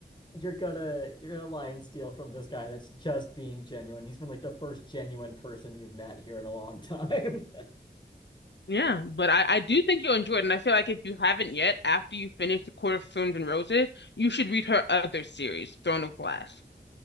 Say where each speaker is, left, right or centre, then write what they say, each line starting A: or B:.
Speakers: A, on the left (about 25°); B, on the left (about 75°).
A: you're gonna you're gonna lie and steal from this guy that's just being genuine. He's been like the first genuine person you've met here in a long <laughs> time.
B: yeah. But I, I do think you'll enjoy it. And I feel like if you haven't yet, after you finish The Court of Thorns and Roses, you should read her other series, Throne of Glass.